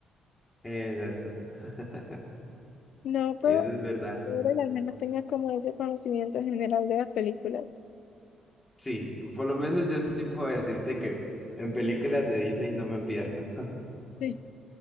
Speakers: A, on the left; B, on the left.
A: Exacto. <laughs>
B: No,
A: Eso
B: pero
A: es verdad.
B: ahora al menos tengas como ese conocimiento general de las películas.
A: Sí, por lo menos yo sí puedo decirte que en películas de Disney no me pierdo.
B: Sí.